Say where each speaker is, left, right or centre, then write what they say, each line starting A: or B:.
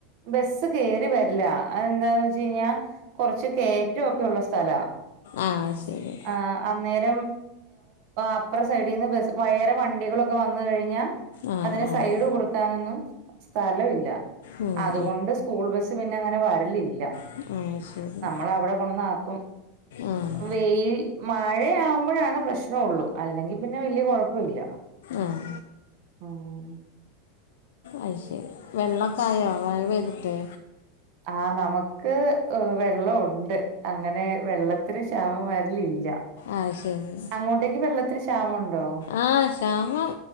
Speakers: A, on the right; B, on the left.
A: ബസ്സ് കേറി വരില്ല, അതെ എന്താന്ന് വെച്ച കഴിഞ്ഞാ കൊറച്ച് കേറ്റൊ ഒക്കെ ഉള്ള സ്ഥലാ
B: ആഹ് ശരി
A: ആഹ് അന്നേരം അപ്പറ സൈഡിൽന്ന് വേറെ വണ്ടികളൊക്കെ വന്ന് കഴിഞ്ഞാ
B: ആഹ്
A: അതിന്
B: ആഹ്
A: സൈഡ് കൊടുക്കാനൊന്നും സ്ഥലം ഇല്ല
B: ഉം
A: അതുകൊണ്ട് സ്കൂൾ ബസ്സ് പിന്നെ അങ്ങനെ വ ഇല്ല
B: ഉം ആഹ് ശരി
A: നമ്മൾ അവിടെ കൊണ്ടന്നാക്കും
B: ആഹ്
A: വെയി മഴയാവുമ്പോഴാണ് പ്രശ്നംഒള്ളൂ അല്ലെങ്കിൽ പിന്നെ വലിയ കുഴപ്പം ഇല്ല
B: ആഹ്
A: ആഹ്
B: അയ് ശരി വെള്ളൊക്കായോ മഴ പെയ്തിട്ട്
A: ആഹ്‌ നമുക്ക് വെള്ളം ഉണ്ട് അങ്ങനെ വെള്ളത്തിന് ക്ഷാമം വര്ലില്ല
B: അത് ശരി
A: അങ്ങോട്ടേക്ക് വെള്ളത്തിന് ക്ഷാമുണ്ടോ
B: ആഹ് ക്ഷാമം